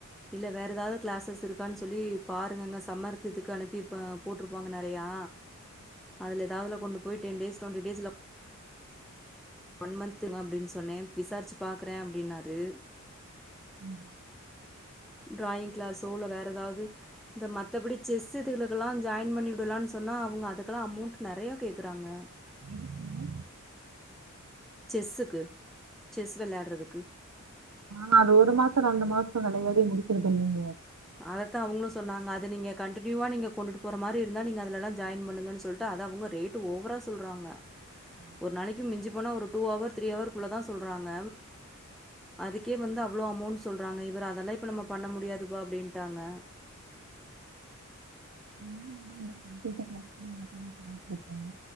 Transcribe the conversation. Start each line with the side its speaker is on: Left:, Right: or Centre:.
Centre: இல்ல வேற ஏதாவது கிளாஸஸ் இருக்கான் சொல்லி பாருங்கங்க சம்மருக்கு இதுக்கு அனுப்பி போட்ருப்பாங்க நெறையா அதில ஏதாவதுல கொண்டு போய் டென் டேஸ் ட்வெண்ட்டி டேஸ்ல ஒன் மன்துங்க அப்டின்னு சொன்னே விசாரிச்சி பாக்குறே அப்டின்னாரு
Right: உம்
Centre: டிராயிங் கிளாஸ்ஸோ இல்ல வேற ஏதாவது இந்த மத்தபடி செஸ் இதுகளுக்கெல்லா ஜாயின் பண்ணி போலான் சொன்னா அவுங்க அதுக்கெலா அமௌண்ட் நெறைய கேக்குறாங்க
Right: எதுக்குங்க
Centre: செஸ்ஸுக்கு செஸ் வெளையாடுறதுக்கு
Right: நா அது ஒரு மாசம் ரெண்டு மாசம் விளையாடி முடிச்சிக்கிறதில்லைங்க
Centre: அதத்தா அவுங்களு சொன்னாங்க அத நீங்க கண்டினியூவா நீங்க கொண்ட்டு போற மாரி இருந்தா நீங்க அததுலா ஜாயின் பண்ணங்கன்னு சொல்லிட்டு அத அவுங்க ரேட்டு ஓவராக சொல்றாங்க
Right: உம் <inaudible>
Centre: ஒரு நாளைக்கு மிஞ்சி போன ஒரு டூ அவர் த்ரீ அவர்க்குள்ளதா சொல்றாங்க அதுக்கே வந்த அவ்ளோ அமௌண்டு சொல்றாங்க இவர் அதெல்லா இப்ப நம்ம பண்ண முடியாது இப்போ அப்புடின்ட்டாங்க
Right: என்ன மேடம் இந்த கம்யூட்டர் கிளாஸ் கூட வக்கலாம்னு சொல்லிட்டு இருக்காங்க